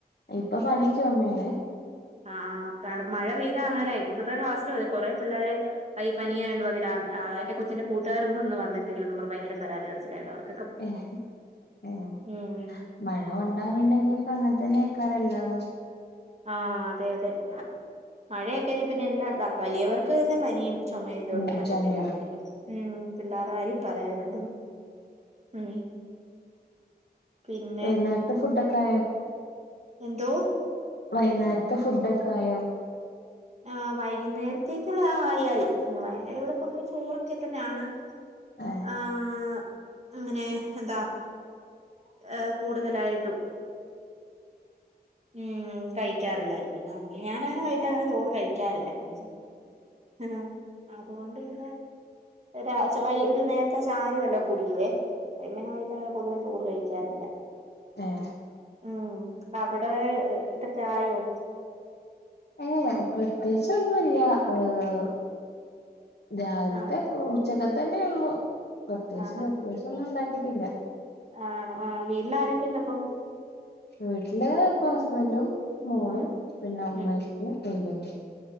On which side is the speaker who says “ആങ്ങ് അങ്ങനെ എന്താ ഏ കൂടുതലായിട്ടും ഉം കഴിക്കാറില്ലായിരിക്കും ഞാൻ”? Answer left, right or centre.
Right